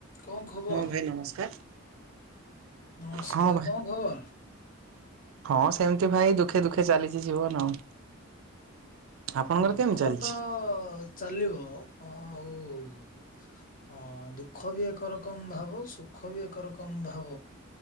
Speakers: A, on the left (about 40°); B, on the right (about 75°).
A: କଣ ଖବର?
B: ହଁ ଭାଇ ନମସ୍କାର।
A: ନମସ୍କାର
B: ହଁ ଭାଇ
A: କଣ ଖବର?
B: ହଁ ସେମିତି ଭାଇ ଦୁଃଖେ ଦୁଃଖେ ଚାଲିଛି ଜୀବନ ଆଉ। ଆପଣଙ୍କର
A: ଦୁଃଖ
B: କେମିତି ଚାଲିଛି?
A: ତ ଚାଲିବ ଆଉ <inaudible> ହଁ ଦୁଃଖ ବି ଏକ ଏକରକମ ଭାବ ସୁଖ ବି ଏକରକମ ଭାବ।